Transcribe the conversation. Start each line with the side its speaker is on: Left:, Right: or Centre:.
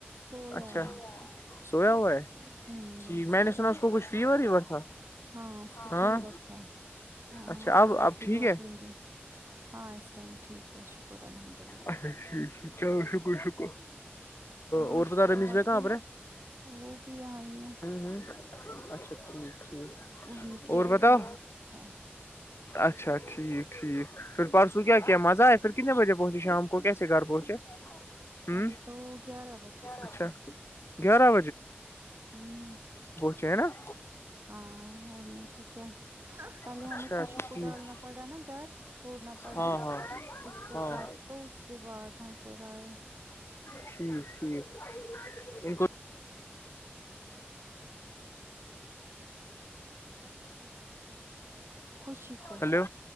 Right: سویا
Left: اچھا
Right: ہے
Left: سویا ہوا ہے
Right: ہوں
Left: ٹیک
Right: سویا
Left: میں نے سنا اس
Right: ہے
Left: کو کچھ فیور ہیور تھا
Right: ہاں اس کو
Left: ہاں
Right: فیور تھا ہاں
Left: اچھا اب
Right: پرسوں
Left: اب ٹھیک
Right: دو
Left: ہے
Right: تین دن ہاں اس ٹائم ٹھیک ہے شکر الحمد اللہ
Left: ا چلو شکر شکر
Right: اور
Left: اورور پرکار ر مس
Right: باقی
Left: با آبرے
Right: وہ بھی یہاں ہی ہے
Left: ہوں ہ اچھا ٹھیک ٹھیک
Right: ان کی
Left: اور
Right: آج
Left: بتاؤ
Right: نائٹ ہے
Left: اچھا ٹھیک ٹھیک پھر پرسوں کیا کیا مزہ ہے پھر کتنے بجے پہنچے شام کو کیسے گھر پہنچے ہ
Right: ہم ہم تو گیارہ بجے پہنچے
Left: اچھا گیارہ
Right: ہ
Left: چینہ
Right: ہاں اور نہیں تو کیا پہلے
Left: اچھا
Right: ہمیں خوشی
Left: ٹھیک
Right: کو ڈالنا پڑا نا گھر چھوڑنا پڑا
Left: ہاں ہاں
Right: اس کو
Left: ہاں
Right: گھر تو اس کے بعد ہم پھر آئے
Left: ٹھیک ٹھیک ان کو
Right: خوشی کو
Left: ہلو